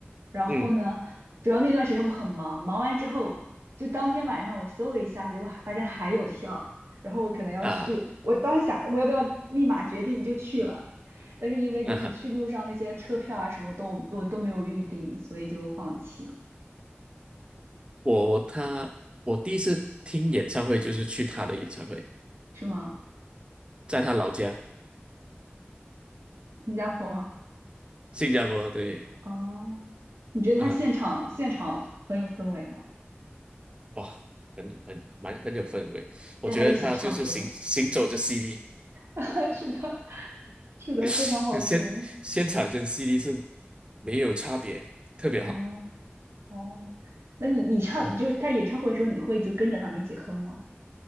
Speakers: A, on the right; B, on the right.
A: 然后呢，
B: 嗯
A: 主要那段时间我很忙，忙完之后就当天晚上我搜了一下，结果还发现还有票，然后我可能要去，
B: 啊，
A: 我当时想我要不要立马决定就去了，但是因为就是去路上那些车票啊什么都我都没有预定，
B: 啊，
A: 所以就放弃了，
B: 我他我第一次听演唱会就是去他的演唱会，
A: 是吗？
B: 在他老家
A: 新加坡吗？
B: 新加坡，对，
A: 哦，你觉得他现场现场很有氛围吗？
B: 嗯、哇，很很蛮很有氛围，我觉得他就是行行走着
A: 带他一起唱歌。
B: CD，
A: <laughs> 是的，是的，
B: <laughs>
A: 非常好听。
B: 现现场跟 CD 是没有差别，特别好，
A: 哦哦，那你你唱，
B: 嗯，
A: 你就他在演唱会的时候，你会就跟着他们一起哼吗？